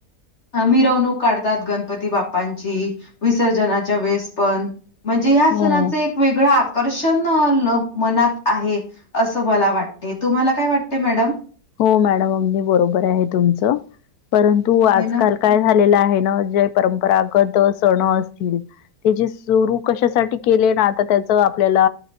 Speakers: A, on the left; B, on the left.
A: मिरवणूक काढतात. गणपती बाप्पांची विसर्जनाच्या वेळेस पण. म्हणजे, ह्या
B: हो
A: सणाचं एक वेगळं आ आकर्षण मनात आहे. असं मला वाटते, तुम्हाला काय वाटते मॅडम?
B: हो, मॅडम अगदी बरोबर आहे तुमचं. परंतु आजकाल
A: हे ना
B: काय झालेलं, आहे ना जय परं गत सण असतील, त्याचे सुरू कशासाठी केले. ना आता त्याच आपल्याला